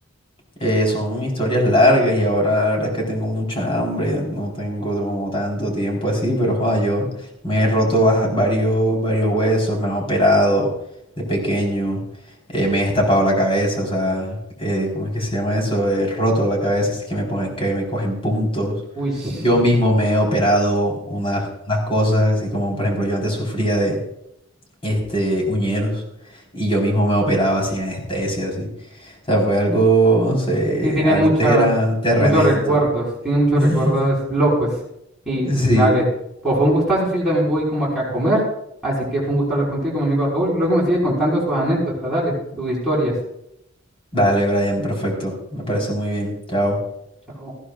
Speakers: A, on the left (about 30°); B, in the centre.
A: Eh, son historias largas y ahora la verdad es que tengo mucha hambre, no tengo como tanto tiempo así, pero joda, yo me he roto baja- varios, varios huesos, me han operado de pequeño, eh, me he destapado la cabeza, o sea, eh, ¿cómo es que se llama eso? He roto la cabeza, así que me, pone- que me cogen puntos.
B: Uy, <laughs> sí,
A: Yo mismo me he operado unas, unas cosas, así como por ejemplo yo antes sufría este, uñeros, y yo mismo me operaba así anestesia, así. O sea, fue algo, no sé,
B: tiene
A: antes
B: mucha,
A: era Terrenator.
B: muchos recuerdos, tiene muchos
A: <laughs>
B: recuerdos locos. Y
A: Sí,
B: dale, pues fue un gustazo, sí, yo también voy como acá a comer, así que fue un gusto hablar contigo, mi amigo Raúl. Luego me sigue contando sus anécdotas, dale, sus historias.
A: dale, Brian, perfecto, me parece muy bien, chao.
B: Chao.